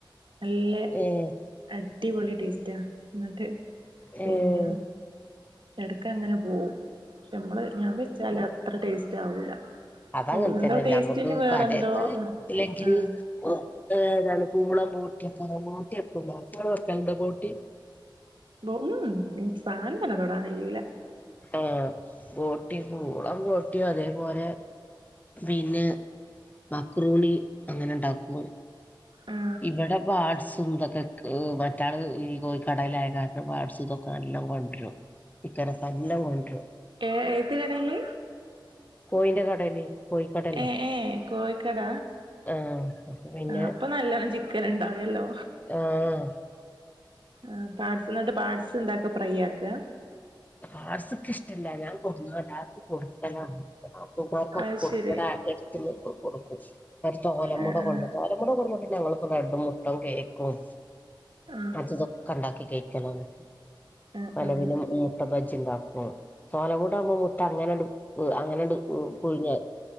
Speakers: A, on the right; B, on the left.
A: നല്ലെ
B: ഏഹ്
A: അടിപൊളി ടേസ്റ്റാ എന്നിട്ട് പിന്നെ
B: ഏഹ്
A: എടക്ക് അങ്ങനെ പോവും പക്ഷെ ഞമ്മള് ഞാൻ വെച്ചാല ത്ര ടേസ്റ്റ് ആവൂല
B: അതങ്ങൻതന്നെല്ല
A: ഓലെന്തോ ടേസ്റ്റിന്
B: നമക്ക്
A: വേറെന്തോ
B: കടയത്ത്
A: ആ
B: ഇല്ലെങ്കില്
A: ആ
B: ഏതാണ് പൂളം <unintelligible> ബോട്ടി വെക്കൂലേ <unintelligible> വെക്കൽണ്ടോ ബോട്ടി
A: ബൊ ഊഉം ഇൻക്ക് സാനം തന്നെ തൊടാൻ കയ്യൂല
B: ഏ ബോട്ടി പൂളം ബോട്ടിയും അതേപോലെ പിന്നെ മക്രൂണി അങ്ങനെണ്ടാക്കും
A: ആ
B: ഇവടെ പാട്സും ഇതൊക്കെ ക് മറ്റാള് ഈ കോയി കടേലായ കാരണം പാട്സ് ഇതൊക്കെ നല്ലം കൊണ്ട്രും <unintelligible> തന്നെ കൊണ്ടൊരു
A: ഏ ഏത്തി കടേല്
B: കോയിന്റെ കടേല് കോയിക്കടല്ലേ
A: ഏ ഏ കോഴിക്കട
B: ആ അപ്പ പിന്നെ
A: ആ അപ്പൊ നല്ലോണം ചിക്കൻ ഇണ്ടായല്ലോ
B: ആഹ്
A: ആ പാട്സ് ഇന്നട്ട് പാട്സ് എന്താക്ക ഫ്രൈ ആക്കാ
B: പാട്സ്ക്ക് ഇഷ്ടല്ല ഞാൻ കൊട്ന്നു എല്ലാർക്കും കൊടുക്കലാന്ന് ആപ്പമാർക്കൊക്കെ
A: അത്
B: കൊട്ക്കും
A: ശരി
B: ഇബടെ എട്ത്ത് ഇള്ളോൽകൊക്കെ കൊടുക്കും കൊർച്ച് <unintelligible> കൊണ്ടു
A: ആ
B: <unintelligible>
A: ആ
B: കൊടുന്ന ഞങ്ങളിപ്പൊ ബ്രഡ്ഡും മുട്ടും കേക്കും
A: ആ
B: അതുതൊക്കണ്ടാക്കി ഇകേക്കണോന്ന്
A: ആ
B: പലവിനും
A: ആ
B: ഉ ബജിണ്ടാക്കൂ തോല കൂടാവുമ്പോ മുട്ട അങ്ങനെടു വ് അങ്ങനെണ്ട് വ് കുഴിഞ്ഞ